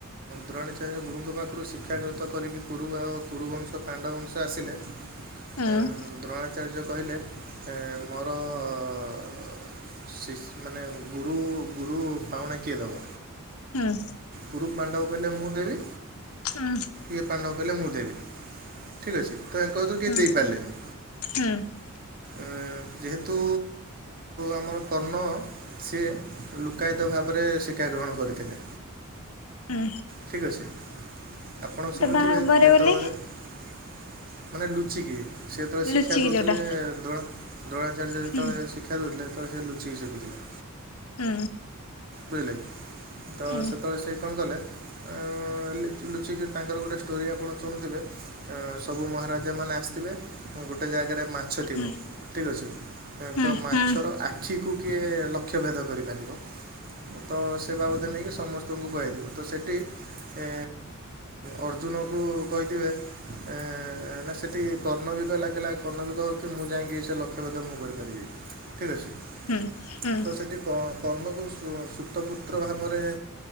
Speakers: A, on the right; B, on the left.
A: ଦ୍ରୋଣାଚାର୍ଯ୍ୟ ଗୁରୁଙ୍କ ପାଖୁରୁ ଶିକ୍ଷାଗୃତ କରିକି କୁରୁ ଆଉ କୁରୁବଂଶ ପାଣ୍ଡବଂଶ ଆସିଲେ। ଏଁ
B: ହୁଁ
A: ଦ୍ରୋଣାଚାର୍ଯ୍ୟ କହିଲେ ଏ ମୋର ଅ ଶିଷ୍-ମାନେ ଗୁରୁ ଗୁରୁ ପାଉଣା କିଏ ଦବ?
B: ହୁଁ।
A: କୁରୁ ପାଣ୍ଡବ କହିଲେ ମୁଁ ଦେବି।
B: ହୁଁ।
A: କିଏ ପାଣ୍ଡବ କହିଲେ ମୁଁ ଦେବି ଠିକ୍ ଅଛି ତ ଆଙ୍କ ଭିତୁରୁ କେହି
B: ହୁଁ
A: ଦେଇ ପାରିଲେନି।
B: ହୁଁ
A: ଏଁ ଯେହେତୁ ଆମର କର୍ଣ୍ଣ ସିଏ ଲୁକାୟିତ ଭାବରେ ଶିକ୍ଷା ଗ୍ରହଣ କରିଥିଲେ।
B: ହୁଁ।
A: ଠିକ୍ ଅଛି। ଆପଣ ଶୁଣିୁଥିବେ
B: ଭାବରେ
A: ଯେତେବେଳେ
B: ବୋଲି
A: ମାନେ ଲୁଚିକି ସେ ଯେତେବେଳେ ଶିକ୍ଷା
B: ଲୁଚିକି
A: ଦଉଥିଲେ
B: ଯୋଉଟା
A: ଦ୍ରୋଣା-ଦ୍ରୋଣାଚାର୍ଯ୍ୟ ଯେତେବେଳେ
B: ହୁଁ
A: ଶି କ୍ଷା ଦଉଥିଲେ ହେତେଳେ ସେ ଲୁଚିିକି ଶିଖୁଥିଲେ।
B: ହୁଁ।
A: ବୁଝିଲେକି ତ
B: ହୁଁ
A: ସେତେବେଳେ ସେ କଣ କଲେ ଏଁ ଲିଚ୍-ଲୁଚିକି ତାଙ୍କର ଗୋଟେ ଷ୍ଟୋରି ଆପଣ ଶୁଣୁଥିବେ ଏଁ ସବୁ ମହାରାଜା ମାନେ ଆସିଥିବେ ଗୋଟେ ଜାଗାରେ ମା ଛ ଥିବ
B: ହୁଁ
A: ଠିକ୍ ଅଛି। ଏଁ
B: ହୁଁ
A: ତ ମାଛର
B: ହୁଁ
A: ଆଖିକୁ କିଏ ଲ ଅକ୍ଷଭେଦ କରିପାରିବ ତ ସେ ବାବଦରେ ନେଇକି ସମସ୍ତଙ୍କୁ କୁହଇଦବ ତ ସେଇଠି ଏ ଅର୍ଜୁନକୁ କହିଥିବେ ଏ ନା ସେଠି କର୍ଣ୍ଣବି ତ ଲାଗିଲା କର୍ଣ୍ଣବି କହୁଚି ମୁଁ ଯାଇକି ସେ ଲକ୍ଷ୍ୟଭେଦ ମୁଁ କରିପାରିବି। ଠିକ ଅଛି।
B: ହୁଁ ହୁଁ।
A: ତ ସେଠି କ କର୍ଣ୍ଣକୁ ସ ସୁତପୁତ୍ର ଭାବରେଏ